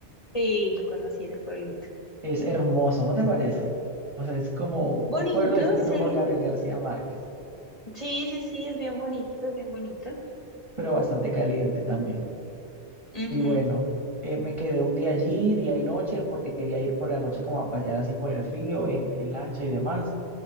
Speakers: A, on the left; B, on the right.
A: Sí, yo conocí ese pueblito.
B: Es hermoso, ¿no te parece? O sea, es como un
A: Bonito,
B: pueblo descrito
A: sí.
B: por Gabriel García Márquez,
A: Sí, sí, sí, es bien bonito, es bien bonito.
B: pero bastante caliente también.
A: Ujú,
B: Y bueno, eh, me quedé un día allí, día y noche, porque quería ir por la noche como a pasear así por el río, en, en lancha y demás.